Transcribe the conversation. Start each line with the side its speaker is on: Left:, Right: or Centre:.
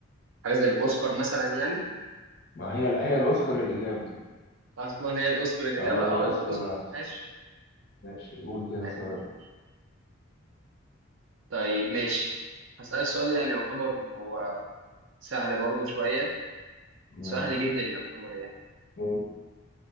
Right: حاجة زي الأوسكار مثلا يعني
Left: ما هي هي الاوسكار الاجابه
Right: أصلا هي الأوسكار الإجابة
Left: اه الاوسكار
Right: أه يبقى الأوسكار ماشي
Left: ماشي قول كده
Right: يعني
Left: سؤال
Right: طيب ماشي هسألك سؤال يعني يعتبر هو سهل برضه شوية
Left: ماشي
Right: سهل جدا يعتبر يعني
Left: قول.